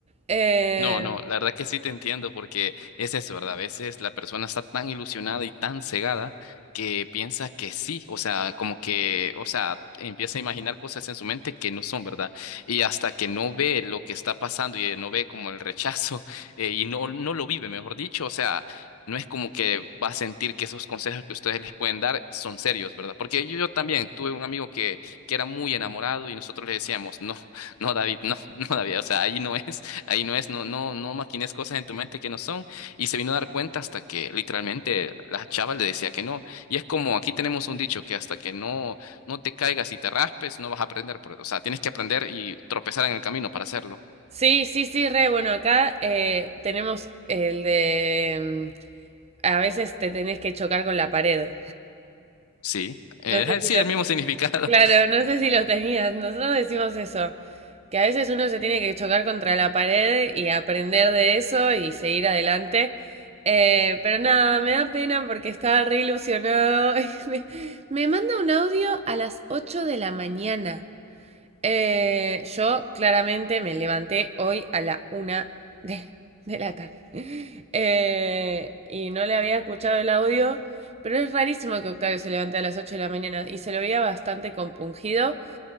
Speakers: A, on the right; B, on the left.
A: eh,
B: No, no, la verdad que sí te entiendo porque es eso, ¿verdad? A veces la persona está tan ilusionada y tan cegada que piensa que sí, o sea, como que, o sea, empieza a imaginar cosas en su mente que no son, ¿verdad? Y hasta que no ve lo que está pasando y no ve como el rechazo <laughs> eh, y no, no lo vive, mejor dicho, o sea, no es como que va a sentir que esos consejos que ustedes les pueden dar son serios, ¿verdad? Porque yo, yo también tuve un amigo que, que era muy enamorado y nosotros le decíamos, no, no, David, no, <laughs> no, David, o sea, ahí no es. Ahí no es, no, no, no maquines cosas en tu mente que no son. Y se vino a dar cuenta hasta que literalmente la chava le decía que no. Y es como aquí tenemos un dicho que hasta que no, no te caigas y te raspes, no vas a aprender. por- O sea, tienes que aprender y tropezar en el camino para hacerlo.
A: sí, sí, sí, re bueno, acá eh, tenemos el de mm, a veces te tenés que chocar con la pared.
B: Sí, eh,
A: No sé
B: <laughs>
A: si
B: sí,
A: lo,
B: el mismo significado.
A: claro,
B: <laughs>
A: no sé si lo tenías. Nosotros decimos eso, que a veces uno se tiene que chocar contra la pared y aprender de eso y seguir adelante. Eh, pero nada, me da pena porque estaba re ilusionado. <laughs> y me, me manda un audio a las 8 de la mañana. Eh, yo claramente me levanté hoy a la una de, de la tarde. Eh, y no le había escuchado el audio, pero es rarísimo que Octavio se levante a las 8 de la mañana y se lo veía bastante compungido.